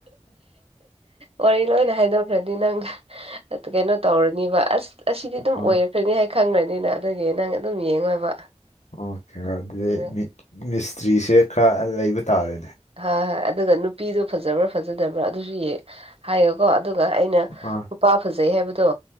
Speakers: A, on the right (about 55°); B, on the left (about 85°).
A: ꯃꯔꯤ ꯂꯣꯏ ꯅꯍꯍꯤꯗ ꯍꯥꯏꯗꯤ ꯅꯪ ꯀꯩꯅꯣ ꯇꯧꯔꯅꯤꯕ ꯑꯁ ꯑꯁꯤꯗꯤ ꯗꯨꯝ
B: ꯑꯥ
A: ꯑꯣꯏꯔꯛꯈ꯭ꯔꯅꯤ ꯍꯥꯏ ꯈꯪꯈ꯭ꯔꯅꯤꯅ ꯑꯗꯨꯒꯤ ꯅꯪ ꯑꯗꯨꯝ ꯌꯦꯡꯉꯣꯏꯕ
B: ꯑꯣꯀꯦ ꯑꯗꯨꯗꯤ
A: ꯎꯝ
B: ꯃꯤꯠ ꯃꯤꯁꯇ꯭ꯔꯤꯁꯦ ꯈ꯭ꯔ ꯂꯩꯕ ꯇꯥꯔꯦꯅꯦ
A: ꯍ ꯑꯗꯨꯒ ꯅꯨꯄꯤꯗꯣ ꯐꯖꯕ꯭ꯔꯥ ꯐꯖꯗꯕ꯭ꯔꯥ ꯑꯗꯨꯁꯨ ꯌꯦꯡ ꯍꯥꯏꯌꯣꯀꯣ ꯑꯗꯨꯒ ꯑꯩꯅ
B: ꯑꯥ
A: ꯄꯨꯄꯥ ꯐꯖꯩ ꯍꯥꯏꯕꯗꯣ